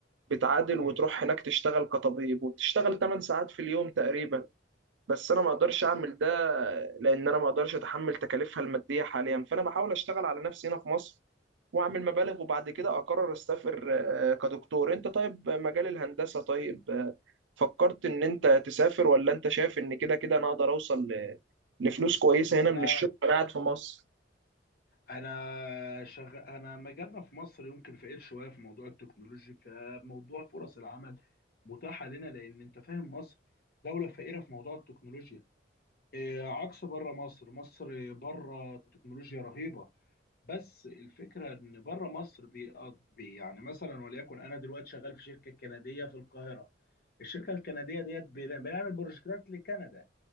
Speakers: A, on the right; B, on the left.
A: بتعادل
B: مم.
A: وتروح هناك تشتغل كطبيب وبتشتغل 8 ساعات في اليوم تقريبا بس انا ما اقدرش اعمل ده لان انا ما اقدرش اتحمل تكاليفها الماديه حاليا فانا بحاول اشتغل على نفسي هنا في مصر واعمل مبالغ وبعد كده اقرر اسافر آه، كدكتور انت طيب مجال الهندسه طيب آه، فكرت ان انت تسافر ولا انت شايف ان كده كده انا اقدر اوصل ل- لفلوس كويسه هنا
B: انا
A: من الشغل وانا قاعد في مصر
B: انا شغ... انا مجالنا في مصر يمكن فقير شويه في موضوع التكنولوجي فموضوع فرص العمل متاحه لنا لان انت فاهم مصر دوله فقيره في موضوع التكنولوجيا إيه، عكس بره مصر مصر بره التكنولوجيا رهيبه بس الفكره ان بره مصر بيقض... بي يعني مثلا وليكن انا دلوقتي شغال في شركه كنديه في القاهره الشركه الكنديه ديت بن- بنعمل بروجكتات لكندا